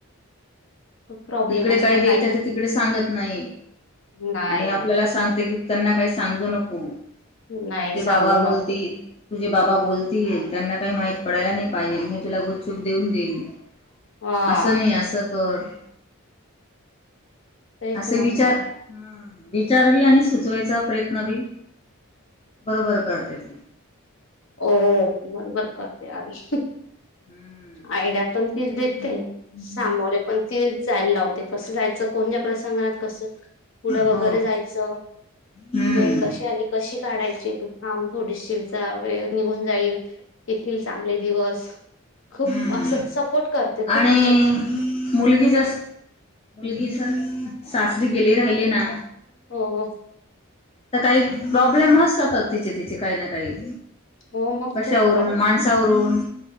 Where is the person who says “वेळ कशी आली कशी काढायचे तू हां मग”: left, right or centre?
Left